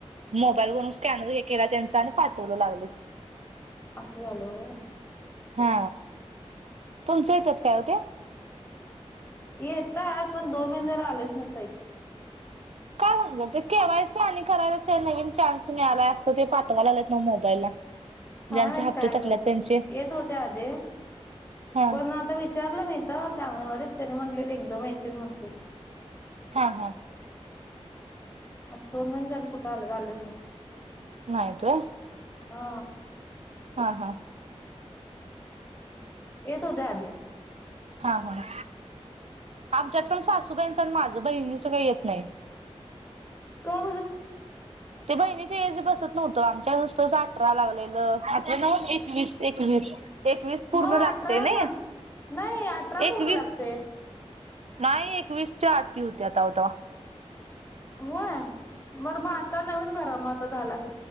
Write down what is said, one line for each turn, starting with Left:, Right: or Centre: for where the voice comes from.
Right: मोबाईलवरून स्कॅनर हे केला. त्यांचा आणि पाठवलं लागलंच.
Left: असं झालं होय.
Right: हा तुमचं येतात काय हो ते.
Left: येतात. पण दोन महिने झाले आलेच नाही पैसे.
Right: का? ते के वाय सी आणि करायला नवीन चान्स मिळालाय. असं ते पाठवाय लागलेत नव्हं ते मोबाईलला.
Left: काय
Right: ज्यांचे
Left: माहित
Right: हप्ते
Left: काय
Right: थटल्यात
Left: झाले?
Right: त्यांचे
Left: येत होते आधी.
Right: हा
Left: पण आता विचारलं मी इथ ते अंगणवाडीत त्यांनी म्हंटले एकदम येतील म्हंटले.
Right: हा हा.
Left: आता दोन महिने झाले. कुठं आल्यात? आलेच नाहीत.
Right: नाहीत होय.
Left: हा.
Right: हा हा.
Left: येत होते आधी.
Right: हा हा. आमच्यात पण सासूबाईंच आणि माझं बहिणीच काही येत नाही.
Left: का बर?
Right: ते बहिणीच एज बसत नव्हतं आमच्या नुसतंच अठरा लागलेलं अठरा नव्हं एकवीस एकवीस. एकवीस पूर्ण
Left: मग
Right: लागतय
Left: अठरा
Right: नाही.
Left: ना नाही अठरा
Right: एकवीस
Left: पूर्ण लागते.
Right: नाही एकवीसच्या अटी होत्या. तेव्हा
Left: होय बर मग आता नवीन भरा मग आता झाला असलं.